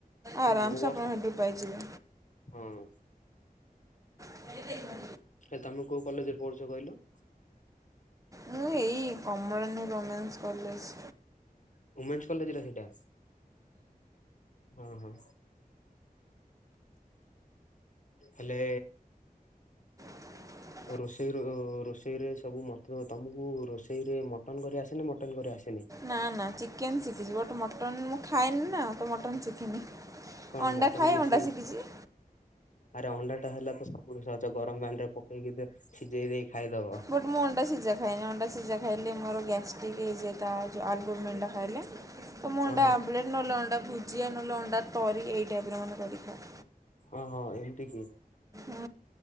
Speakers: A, on the left; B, on the right.
A: ହଁ
B: ଆରାମସେ
A: ମୋ ବଷା
B: ଆପଣ ହେଠୁ ପାଇଯିବେ
A: ହଁ।
B: <unintelligible>
A: ହେଲେ ତମେ କୋଉ କଲେଜରେ ପଢୁଛ କହିଲ?
B: ମୁଁ ଏଇ କମଳନି ଓମେନ୍ସ କଲଜ୍
A: ଓମେନ୍ସ୍ କଲେଜ୍ ଟା ସେଇଟା ହଁ ହଁ। ହେଲେ
B: ହଁ
A: ରୋଷେଇର ରୋଷେଇରେ ସବୁ ମତ ଦେବ ତମକୁ ରୋଷେଇରେ ମଟନ୍ କରି ଆସେ ନା ମଟନ କରି ଆସେନାହିଁ?
B: ନା ନା ଚିକେନ୍ ଶିଖିଛି ବୋଟ ମଟନ୍ ମୁଁ ଖାଇଏନି ନା ତ ମଟନ୍ ଶିଖିନି।
A: କଣ
B: ଅଣ୍ଡା
A: ମଟନ
B: ଖାଏ
A: କିଛି
B: ଅଣ୍ଡା ଶିଖିଛି।
A: ଆରେ ଅଣ୍ଡା ଟା ହେଲା ତ ସବୁଠ ସହଜ ଗରମ ପାଣିରେ ପକେଇକି ଦେଖ। ସିଝେଇ ଦେଇ ଖାଇଦବ।
B: ବଟ ମୁଁ ଅଣ୍ଡା ସିଜା ଖାଇନା ଅଣ୍ଡା ସିଝା ଖାଇଲେ ମୋର ଗ୍ୟାସ୍ ଟିକ୍ ହେଇ ଯାଏ ତା ଯେଉଁ ଆଲବୁ ମେଣ୍ଢା ଖାଇଲେ। ତ
A: ହଁ
B: ମୁଁ ଅଣ୍ଡା
A: ହଁ
B: ଆମ୍ବଲେଟ୍, ନହେଲେ ଅଣ୍ଡା ଭୁଜିଆ, ନହେଲେ ଅଣ୍ଡା, ତରି ଏଇଟାପରେ ମନେ କରିଥାଅ।
A: ଓହୋ ଏମିତି କି
B: ହୁଁ।